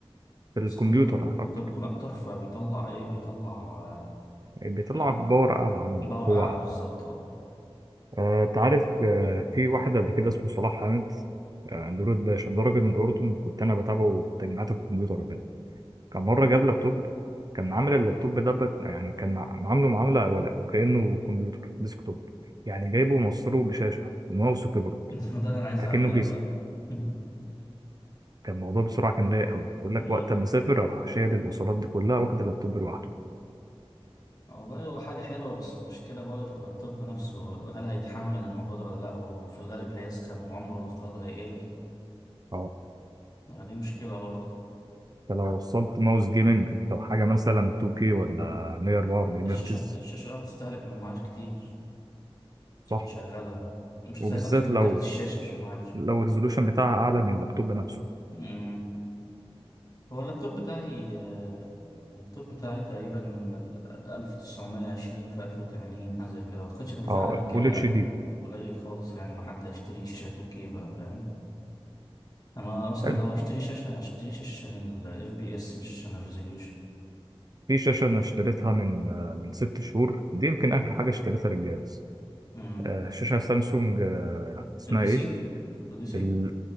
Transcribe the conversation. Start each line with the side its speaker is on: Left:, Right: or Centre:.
Left: في
Right: في الكمبيوتر
Left: الديسكتوب بيكون في الكمبيوتر
Right: اكتر
Left: بيكون اكتر فبيطلع ايه بيطلع
Right: بيطلع
Left: آه،
Right: باور اعلى عموما
Left: باور
Right: قوة
Left: اعلى
Right: اعلى
Left: بالظبط اه
Right: آه، أنت عارف آه، في واحد قبل كده اسمه صلاح حامد آه، نورد باشا ده راجل من الأردن كنت أنا بتابعه في تجميعات الكمبيوتر وكده كان مرة جاب لابتوب كان عامل اللابتوب ده بت- يعني كان مع- عامله معاملة ولا وكأنه كمبيوتر ديسكتوب يعني جايبه وموصله بشاشة وماوس وكيبورد
Left: <laughs> ده اللي انا عايز
Right: أكنه
Left: اعمله
Right: كيسة
Left: بقى <laughs>
Right: كان الموضوع بسرعة كان رايق أوي يقول
Left: أمم.
Right: لك وقت ما أسافر أروح شايل الوصلات دي كلها واخد اللابتوب لوحده
Left: والله هو حاجة حلوة بس المشكلة بقى في اللابتوب نفسه هل هيتحمل الموضوع ده ولا لأ وفي الغالب هيسخن وعمره الافتراضي هيقل
Right: أه
Left: دي مشكلة برضه
Right: فلو وصلت ماوس جيمنج لو حاجة مثلا 2K ولا 144
Left: الشاشة
Right: هرتز
Left: هت- الشاشة هتستهلك من معالج كتير عشان
Right: صح
Left: يشغلها مش هتستهلك
Right: وبالذات
Left: أقصد من
Right: لو
Left: كارت الشاشة مش من معالج
Right: لو الريزولوشن بتاعها اعلى من اللابتوب نفسه
Left: أمم. هو اللابتوب بتاعي آه، اللابتوب بتاعي تقريبا ألف تسعمية عشرين في ألف وتمانين حاجة زي كده متقدرش تبقى
Right: اه
Left: أعلى من كده
Right: فول اتش
Left: يعني
Right: دي
Left: قليل خالص يعني ما حد هيشتري شاشة 2K بقى فاهم انا مثلا
Right: حلو
Left: لو هشتري شاشه هشتري شاشه عشان الاف بي اس مش عشان الريزوليوشن
Right: في شاشه انا اشتريتها من آه، من ست شهور دي يمكن اخر حاجه اشتريتها للجهاز
Left: امم
Right: آه، شاشه سامسونج آه، اسمها
Left: اوديسي
Right: ايه
Left: اوديسي
Right: ال...